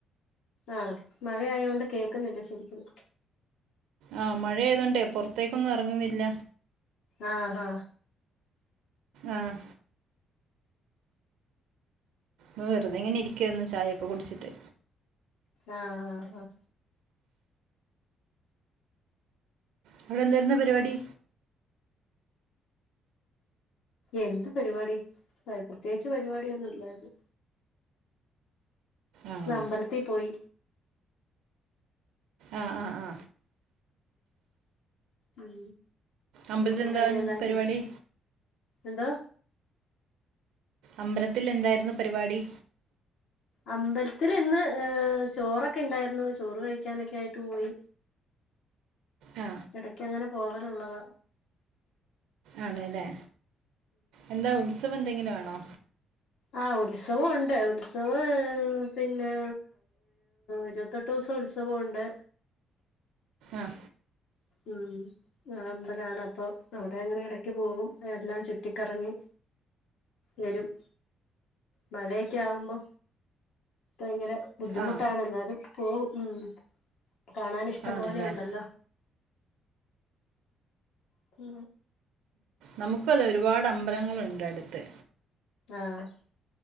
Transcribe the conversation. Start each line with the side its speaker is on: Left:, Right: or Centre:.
Left: ആഹ മഴയൊണ്ട് കേക്കുന്നില്ല ശരിക്ക
Right: ആഹ് മഴ ആയതണ്ടേ പുറത്തേക്കൊന്നും ഇറങ്ങുന്നില്ല
Left: ആഹ ആഹ
Right: ആഹ വെറുതെ ഇങ്ങനെ ഇരിക്കുവു ചായയൊക്കെ കുടിച്ചിട്ട്
Left: ആഹ ആഹ് ആഹ
Right: അവിടെ എന്തായിുന്ന പരിപാടി
Left: എന്ത് പരിപാടി പ്രത്യേകിച്ച് പരിപാടിൊന്നും ഇല്ലായിരുന്നു
Right: ആണോ
Left: ന അമ്പലത്തി പോയി
Right: ആ ആ ആ
Left: ഉം
Right: അമ്പലത്തിൽ
Left: മറ്റിന്റെ
Right: എന്താ
Left: ഐഡിയ എല്ലാ
Right: പരിപാടി
Left: ച എന്തോ
Right: അമ്പലത്തില് എന്തായിരുന്നു പരിപാടി
Left: അമ്പലത്തിൽ ഇന്ന് ഏർ ചോറൊക്കെ ഇണ്ടായിരുന്നു ചോറ് കഴിക്കാനൊക്കെ ആയിട്ട് പോയി
Right: ആ
Left: ഇടക്ക് അങ്ങനെ പോവലള്ളതാ
Right: ആണല്ലേ എന്താ ഉത്സവം എന്തെങ്കിലും ആണോ
Left: ആ ഉത്സവംുണ്ട് ഉത്സവം പിന്നെ ഇരുപത്തെട്ട് ദിവസം ഉത്സ അസവുണ്ട്
Right: ആഹ
Left: ഉം ആ അമ്പലാണ് അപ്പൊ അവിടെ അങ്ങനെ ഇടക്ക് പോകും എല്ലാം ചുറ്റിക്കറങ്ങി വരും മഴയൊക്കെ ആകുമ്പോ ഭയങ്കര ബുദ്ധിമുട്ടാണ്
Right: ആ
Left: എന്നാലും പോ ഉം കാണാൻ ഇഷ്ടം
Right: ആണ്
Left: പോലെ
Right: അല്ലേ
Left: ഉണ്ടല്ലോ പി
Right: നമുക്ക അത് ഒരുപാട് അമ്പലങ്ങളുണ്ട് അടുത്ത്
Left: ആഹ